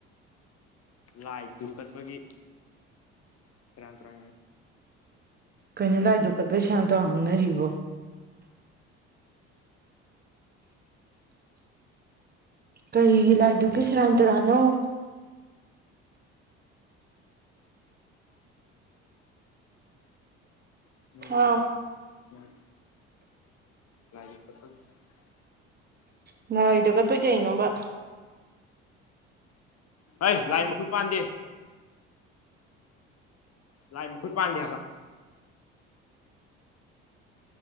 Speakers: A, on the left; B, on the right.
A: ꯂꯥꯏ ꯗꯨꯛꯀꯠꯄꯒꯤ ꯇꯔꯥꯥꯟ ꯇ꯭ꯔ
B: ꯀꯩꯅꯣ ꯂꯥꯏ ꯗꯨꯛꯀꯠꯄꯒꯤ ꯁꯦꯔꯥꯟ ꯇꯨꯔꯥꯟ ꯉꯥꯡꯅꯔꯤꯕꯨ ꯀꯔꯤ ꯂꯥꯏꯗꯨꯒꯦ ꯁꯔꯥꯟ ꯇꯨꯔꯥꯟꯅꯣ
A: ꯃ‌ꯣꯏ
B: ꯑꯥ
A: ꯂꯥꯏꯗꯨ ꯃ‌ꯣꯏ ꯂꯥꯏꯗꯨ ꯈꯪꯗ‌ꯦ <unintelligible>
B: <unintelligible> ꯀꯠꯄꯩ ꯀꯩꯅꯣꯕ
A: ꯍꯩ ꯂꯥꯏ ꯃꯈꯨꯠ ꯄꯥꯟꯗꯦ ꯂꯥꯏ ꯃꯈꯨꯠ ꯄꯥꯟꯗꯦ ꯍꯥꯏꯕ